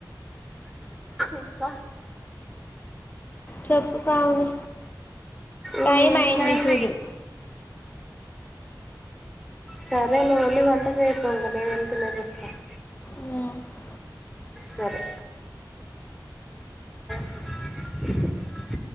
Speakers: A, in the centre; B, on the left.
A: ఇంకా
B: చెప్పు పావని
A: ఏం
B: టైం అయింది
A: లేదు.
B: చూడు
A: సరే నువ్వు వెళ్ళి వంట చేయిపో నేను వెళ్లి తినేసి వస్తాను
B: ఉమ్.
A: సరే సర